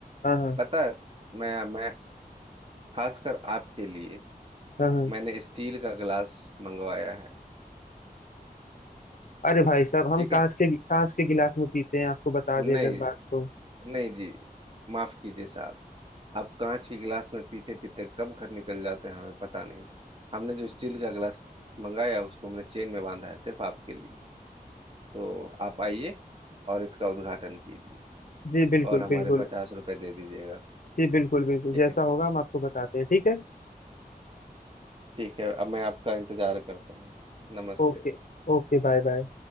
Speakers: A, on the left; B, on the right.
A: हाँ हाँ
B: पता है मैं मैं खासकर आपके लिए
A: हाँ हाँ
B: मैंने स्टील का गिलास मंगवाया है
A: अरे भाई साहब हम
B: ठीक
A: कांच
B: है
A: के कांच के गिलास में पीते हैं आपको बता दें
B: नहीं
A: अगर बात तो
B: नहीं जी माफ कीजिए साहब आप कांच के गिलास में पीते पीते कब घर निकल जाते हैं हमें पता नहीं हमने जो स्टील का गिलास मंगाया उसको हमने चेन में बांधा है सिर्फ आपके लिए तो आप आइए और इसका उद्घाटन कीजिए
A: जी बिल्कुल
B: और हमारे
A: बिल्कुल
B: पचास रुपए दे दीजिएगा
A: जी बिल्कुल बिल्कुल
B: ठीक
A: जैसा
B: है
A: होगा हम आपको बताते हैं ठीक है
B: ठीक है अब मैं आपका इंतजार करता हूँ नमस्ते
A: ओके Okay bye bye